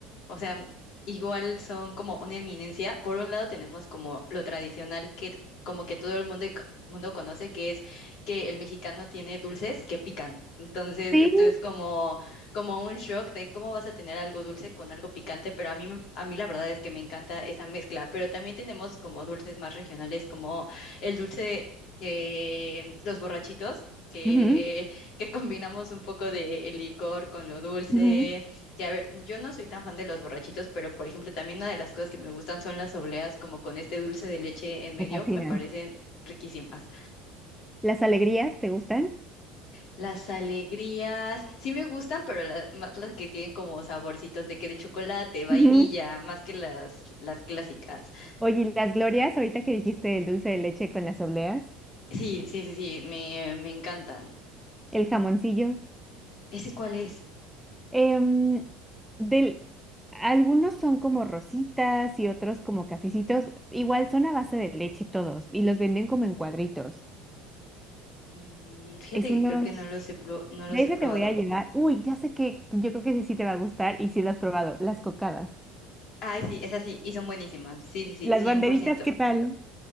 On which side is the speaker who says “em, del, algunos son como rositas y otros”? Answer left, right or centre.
Centre